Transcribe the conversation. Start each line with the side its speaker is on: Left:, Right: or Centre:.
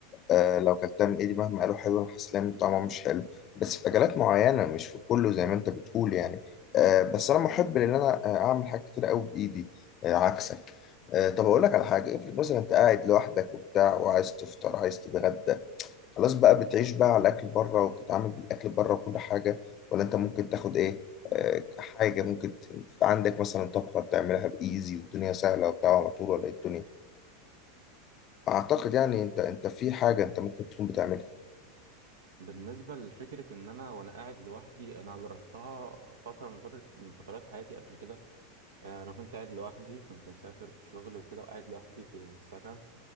Left: آه لو كلتها من ايدي مهما قالوا حلو انا حاسس ان طعمها مش حلو بس في اكلات معينه مش في كله زي ما انت بتقول يعني آه بس انا محب ان انا آه، اعمل حاجات كتير قوي بايدي آه عكسك آه طب اقول لك على حاجه افرض مثلا انت قاعد لوحدك وبتاع وعايز تفطر عايز تتغدى خلاص بقى بتعيش بقى على الاكل بره وبتتعامل بالاكل بره وكل حاجه ولا انت ممكن تاخد ايه آه حاجه ممكن ت- عندك مثلا طبخه بتعملها بايزي والدنيا سهله وبتاع على طول ولا إيه الدنيا اعتقد يعني انت انت في حاجه انت ممكن تكون بتعملها
Right: بالنسبه لفكره ان انا وانا قاعد لوحدي انا جربتها فتره من فتره من فترات حياتي قبل كده آه، انا كنت قاعد لوحدي كنت مسافر في شغل وكده وقاعد لوحدي في السكن